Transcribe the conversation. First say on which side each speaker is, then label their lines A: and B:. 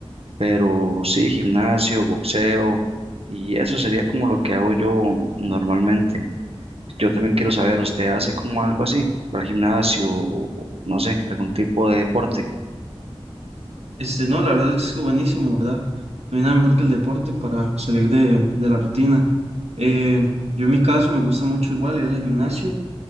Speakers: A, on the right (about 70°); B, on the right (about 85°).
A: pero sí, gimnasio, boxeo, y eso sería como lo que hago yo normalmente. Yo también quiero saber, ¿usted hace como algo así, va al gimnasio o o no sé, algún tipo de deporte?
B: Este, no, la verdad es que es buenísimo, ¿verdad? No hay nada mejor que el deporte para salir de, de la rutina. Eh, yo en mi caso me gusta mucho igual ir al gimnasio,